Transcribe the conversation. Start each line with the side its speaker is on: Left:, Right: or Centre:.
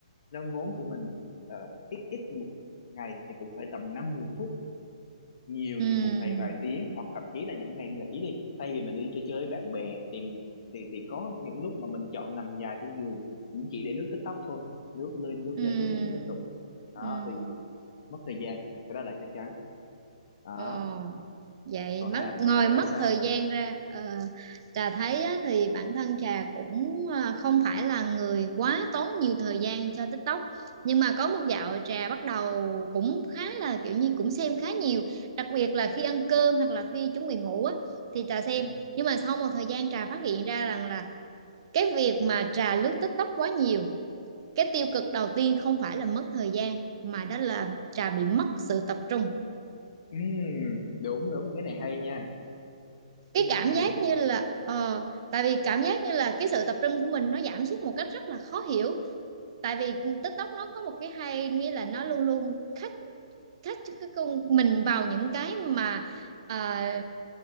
Left: nó ngốn của mình ờ, ít ít một ngày thì cũng phải tầm năm mười phút nhiều
Right: ừm,
Left: thì một ngày vài tiếng hoặc thậm chí là những ngày nghỉ đi thay vì mình đi chơi chơi với bạn bè thì thì thì có những lúc mà mình chọn nằm dài trên giường cũng chỉ để lướt TikTok thôi lướt lên lướt
Right: ừm,
Left: lên lướt lên lướt liên tục đó
Right: ừm.
Left: thì mất thời gian cái đó là chắc chắn đó
Right: Ồ, vậy
Left: còn
Right: mất
Left: hai
Right: ngồi
Left: con ra
Right: mất
Left: thấy sao
Right: thời gian ra ờ, trà thấy á, thì bản thân trà cũng à, không phải là người quá tốn nhiều thời gian cho TikTok nhưng mà có một dạo trà bắt đầu cũng khá là kiểu như cũng xem khá nhiều đặc biệt là khi ăn cơm hoặc là khi chuẩn bị ngủ á, thì trà xem
Left: ừ.
Right: nhưng mà sau một thời gian trà phát hiện ra rằng là cái việc mà trà lướt TikTok quá nhiều cái tiêu cực đầu tiên không phải là mất thời gian mà đó là trà bị mất sự tập trung
Left: Ừ, đúng đúng cái này hay nha cái
Right: cái
Left: này
Right: cảm
Left: hay
Right: giác
Left: nè
Right: như là ờ, tại vì cảm giác như là cái sự tập trung của mình nó giảm sút một cách rất là khó hiểu tại vì TikTok nó có một cái hay nghĩa là nó luôn luôn khách khách cái con mình vào những cái mà à,